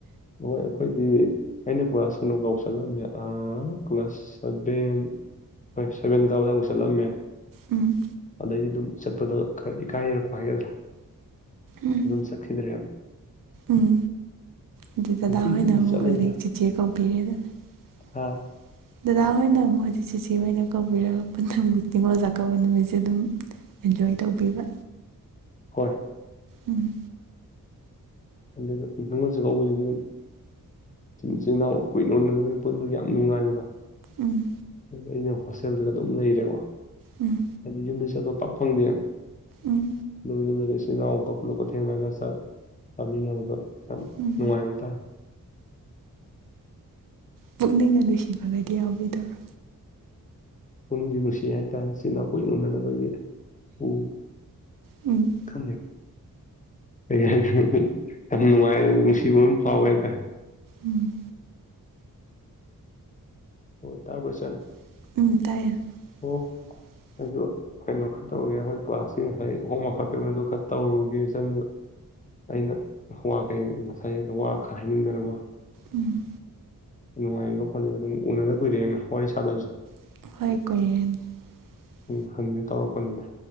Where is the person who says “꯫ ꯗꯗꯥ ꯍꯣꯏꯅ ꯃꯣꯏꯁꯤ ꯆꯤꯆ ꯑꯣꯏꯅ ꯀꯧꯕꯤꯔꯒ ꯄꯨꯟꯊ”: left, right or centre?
Right